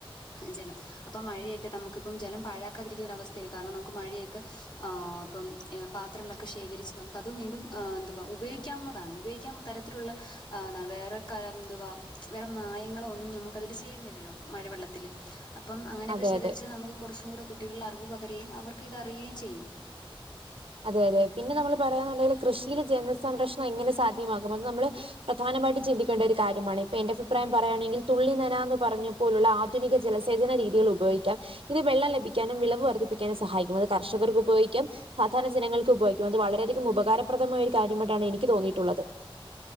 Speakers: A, on the left; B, on the right.
A: ജലം അപ്പം മഴയൊക്കെ നമുക്കിപ്പം ജലം പാഴാക്കാതിരിക്കുന്നൊര അവസ്ഥയിലകാരണം ന്നമുക്ക് മഴയൊക്കെ ആഹ് അപ്പംപാത്രങ്ങളൊക്കെ ശേഖരിച്ച് നമുക്കത് വീണ്ടും എന്തുവാ ഉപയോഗിക്കാവുന്നതാണ് ഉപയോഗിക്കാൻതര ത്രോള്ളെ ആഹ് വേറെകലന്തുവാ വേറെ മായങ്ങള് ഉം ന്നമുക്ക് അതിന്ചേരുന്നില്ലല്ലോ മഴവെള്ളത്തില് അപ്പംഅങ്ങനെയൊക്കെ
B: അതെ
A: ശേഖരിച്ചാൽ
B: അതെ
A: ന്നമുക്ക്കൊർച്ചുംടെ കുട്ടികൾഅറിവുപകരുകയും അവർക്ക് ഇതറിയേംചെയ്യും.
B: അതെ അതെ പിന്നെന്നമ്മൾ പറയുണ്ടെങ്കിൽ കൃഷിയില് ജനസംരക്ഷണം എങ്ങനെസാധ്യമാകും അത് ന്നമ്മള് പ്രധാനമായിട്ടും ചിന്തിക്കേണ്ടഒരു കാര്യമാണ് ഇപ്പൊ എന്റെഅഭിപ്രയം പറയുകയാണെങ്കിൽ തുള്ളിന്നനാന്ന് പറ്ഞ്ഞ് പോലുള്ളആധുനിക ജലസേചന രീതികൾ ഉപയോഗിക്കാം. ഇത് വെള്ളംലഭിക്കാനും വിളവ് വർധിപ്പിക്കാനുംസഹായിക്കും അത് കർഷകർക്ക് ഉപയോഗിക്കാം സാധണര ജനങ്ങൾക്ക് ഉപയോഗിക്കും അത് വളരെയധികം ഉപകാരപ്രദമായ ഒരു കാര്യമായിട്ടാണ്എനിക്ക് തോന്നിയിട്ടുള്ളത്.